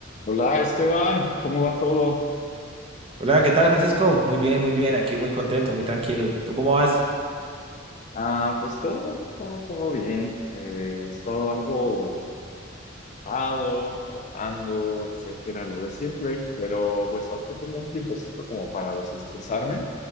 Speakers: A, on the left; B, on the right.
A: Hola Esteban, ¿cómo va todo?
B: Hola, ¿qué tal, Francisco? Muy bien, muy bien, aquí muy contento, muy tranquilo. ¿Y tú cómo vas?
A: Ah, pues todo, todo, todo bien. Eh, he estado algo ocupado, trabajando, etcétera, lo de siempre, pero pues ahorita tengo un tiempecito como para desestresarme